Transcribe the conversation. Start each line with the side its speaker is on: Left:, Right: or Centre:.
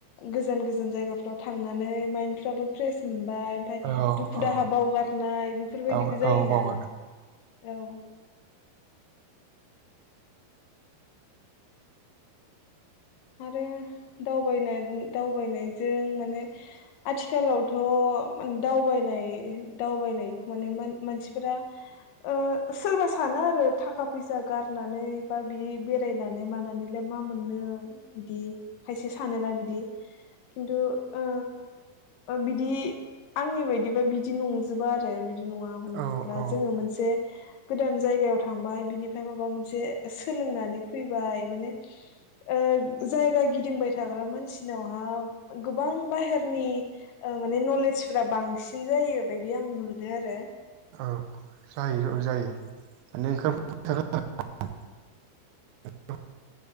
Left: गोजान गोजान जायगाफ्राव थांनानै माइन्दफ्राबो फ्रेस मोन बाय ओमफ्राय
Right: औ
Left: दुखु
Right: औ
Left: दाहा बावगारनाय बेफोरबायदिबो
Right: औ
Left: जायोना
Right: औ बाव आरो
Left: औ आरो दावबाय दावबायनायजों माने आथिखालावथ' दावबायनाय दावबायनायखौ माने मानसिफोरा ओह सोरबा सानो आरो थाखा फैसा गारनानै बा बिदि बेरायनानै मानानैलाय मा मोननो बिदि खायसे सानोना बिदि खिन्थु ओ बिदि आंनि बायदिबा बिदि नंजोबा अ बिदि नङा हमनानै
Right: औ
Left: ला
Right: औ
Left: जोङो मोनसे गोदान जायगायाव थांबाय बिनिफ्राय माबा मोनसे सोलोंनानै फैबाय माने ओह जायगा गिदिंबाय थाग्रा मानसिनावहा गोबां बाहेरनि अ माने नलेजफोरा बांसिन जायो बारदि आं मोनो आरो
Right: औ जायो औ <unintelligible> <unintelligible>